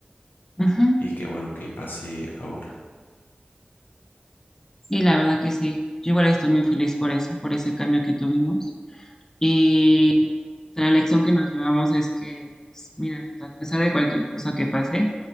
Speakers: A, on the left; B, on the left.
A: Ujú.
B: y qué bueno que pase ahora.
A: Sí, la verdad que sí. Yo igual estoy muy feliz por eso, por ese cambio que tuvimos. Y la lección que nos llevamos es que, pues, mira, a pesar de cualquier cosa que pase,